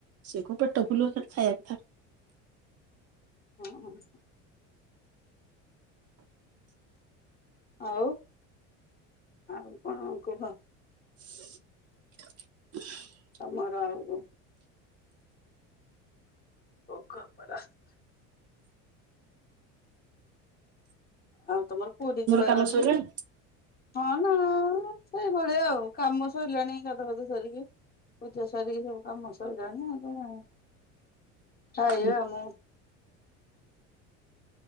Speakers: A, on the right (about 45°); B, on the left (about 25°).
A: ସିଏ କୋଉ ପେଟ ଫୁଲ୍ ହବ ଖାଲି ଖାଇବା କଥା।
B: ହଁ ହଁ। ଆଉ ଆଉ କଣ କୁହ।
A: <inaudible>
B: ତମର <unintelligible> <unintelligible> ଆଉ ତମର ପୁରୀ ଯିବାର
A: କାମ
B: ଅଛି
A: ସରିଲାଣି
B: କି। ହଁ ନା ସେଇଭଳିଆ ଆଉ କାମ ସଇଲାଣି ଗାଧୁଆ ଫାଦୁଆ ସାରିକି ପୂଜା ସାରିକି ସବୁ କାମ ସଇଲାଣି <unintelligible> ଖାଇବା
A: ହୁଁ।
B: ମୁଁ